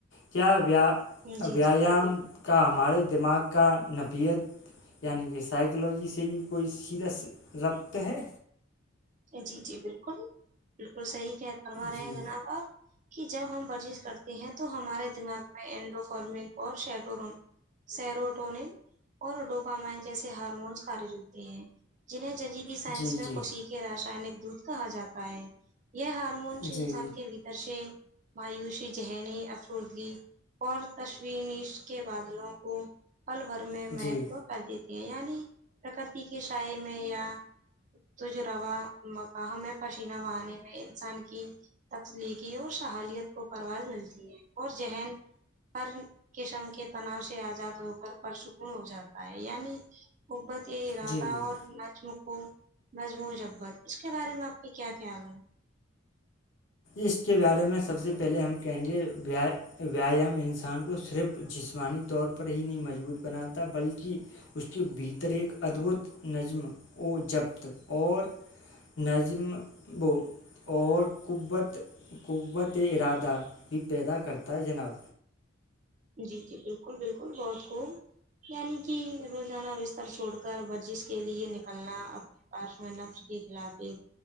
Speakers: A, on the left (about 60°); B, on the right (about 35°).
A: کیا ویا
B: جی
A: ویایام
B: جی بالکل
A: کا ہمارے دماغ کا نفیت یعنی کہ سائیکلوجی سے بھی کوئی سیدھا رابط ہے
B: جی جی بالکل بالکل صحیح کہ فرما رہے
A: جی
B: ہیں جناب آپ کہ جب ہم پرچیز کرتے ہیں تو ہمارے دماغ میں اڈوفارمنگ اور شیٹورون سیروٹونل اور ڈوپامائن جیسے ہارمونس خارج ہوتے ہیں جنہیں جدیدی سائنس
A: جی جی
B: میں خشیق راسائنک دودھ کہا جاتا ہے یہ ہارمونس
A: جی
B: انسان کے بھیتر سے مایوسی ذہنی افرودگی اور تشوینش کے بادلوں کو پل بھر میں
A: جی
B: مہتو کر دیتی ہیں یعنی پرکرتی کے شاائ میں یا تو جو روا مقہ ہے پسینہ بہانے میں انسان کی تخلیقی اور شحالیت کو پرواز ملتی ہے اور ذہن پر کے سنک تناؤ سے آزاد ہو کر پرسکون ہو جاتا ہے یعنی قحبت یہ ارادہ
A: جی
B: اور نجم کوجم جبت اس کے بارے میں آپ کے کیا خیال ہیں
A: اس کے بارے میں سب سے پہلے ہم کہیں گےیا ویایام انسان کو صرف جسمانی طور پر ہی نہیں مضبوط بناتا بلکہ اس کے بھیتر ایک ادبھت نظم جبط اور نظمب اور قوت قوت ارادہ بھی پیدا کرتا ہے جناب
B: جی جی بالکل بالکل بہت خوب یعنی کہ روزانہ بستر چھوڑ کر ورزش کے لیے نکلنا اب پاسوان نفر کے خلاف ایک